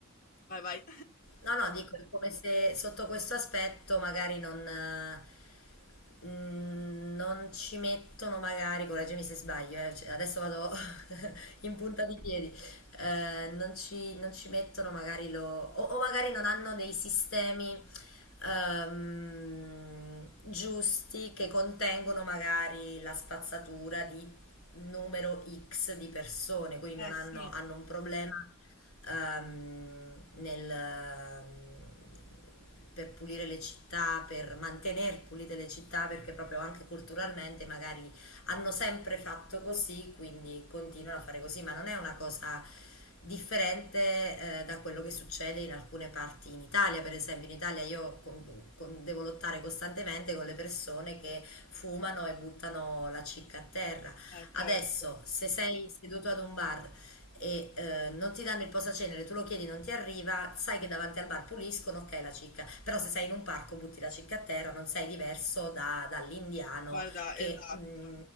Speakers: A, on the left; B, on the left.
A: Vai, vai.
B: No, no, dico, è come se sotto questo aspetto magari non, eh, mh, non ci mettono magari, correggimi se sbaglio, eh, cioè, adesso vado <laughs> in punta di piedi, eh, non ci, non ci mettono magari lo, o, o magari non hanno dei sistemi ehm, giusti che contengono magari la spazzatura di numero X di persone, quindi
A: Eh
B: non hanno
A: sì,
B: hanno un problema ehm, nel, ehm, per pulire le città, per mantenere pulite le città, perché proprio anche culturalmente magari hanno sempre fatto così, quindi continuano a fare così, ma non è una cosa differente eh, da quello che succede in alcune parti in Italia, per esempio in Italia io con- con- devo lottare costantemente con le persone che fumano e buttano la cicca a terra.
A: eh, certo.
B: Adesso, se sei seduto ad un bar e eh, non ti danno il posacenere, tu lo chiedi, non ti arriva, sai che davanti al bar puliscono, ok la cicca, però se sei in un parco butti la cicca a terra, non sei diverso da- dall'indiano
A: Guarda,
B: che,
A: esatto.
B: mh,